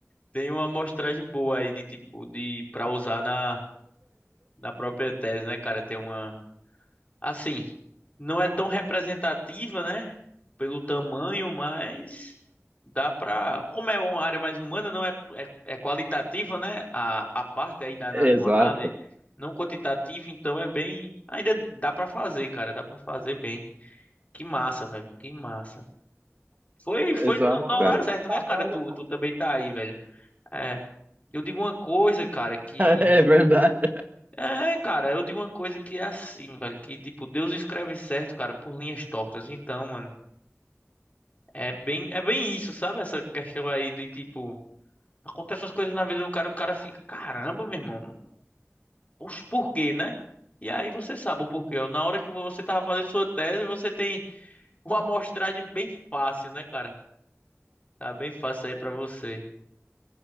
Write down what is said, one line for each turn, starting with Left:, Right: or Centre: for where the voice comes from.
Left: Tem uma amostragem boa aí de tipo de para usar na na própria tese, né, cara? Tem uma Assim, não é tão representativa, né? Pelo tamanho, mas dá pra. Como é uma área mais humana, não é, é, é qualitativa, né? A, a parte aí da na
Right: Exato,
Left: tua análise, não quantitativa, então é bem. Ainda dá pra fazer, cara, dá pra fazer bem. Que massa, velho, que massa. Foi, foi
Right: exato,
Left: no, no horário
Right: cara.
Left: certo, né, cara? Tu,
Right: <laughs>
Left: tu também tá aí, velho. É. Eu digo uma coisa, cara, que
Right: É verdade.
Left: é, cara, eu digo uma coisa que é assim, velho, que tipo, Deus escreve certo, cara, por linhas tortas. Então, mano, é bem, é bem isso, sabe? Essa questão aí de tipo, acontecem as coisas na vida do cara, o cara fica, caramba, meu irmão, não- os porquê, né? E aí você sabe o porquê. ó. Na hora que você tava fazendo sua tese, você tem uma amostragem bem fácil, né, cara? Tá bem fácil aí pra você.